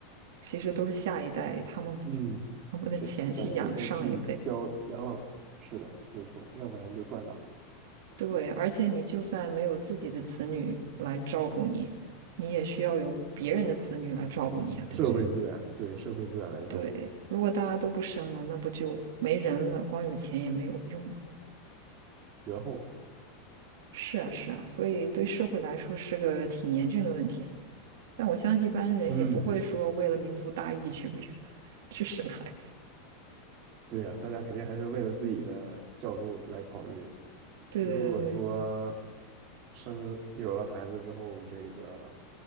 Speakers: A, on the right (about 70°); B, on the right (about 35°).
A: 其实都是下一代他们
B: 嗯，
A: <laughs> 他们的钱去养上一辈。
B: 是，得得再去交养老，是的，没错，要不然就断档了。
A: 对，而且你就算没有自己的子女来照顾你，你也需要有别人的子女来照顾你啊，对不对？
B: 社会资源，对社会资源来照顾，
A: 对，如果大家都不生了，那不就没人了？光有钱也没有用嘛。
B: 绝后了。
A: 是啊，是啊，所以对社会来说是个挺严峻的问题。但我相信一般人也不会说为了民族大义去
B: 嗯，
A: <laughs> 去生孩子。
B: 对呀，大家肯定还是为了自己的角度来考虑啊。
A: 对对对对，
B: 如果说生有了孩子之后，这个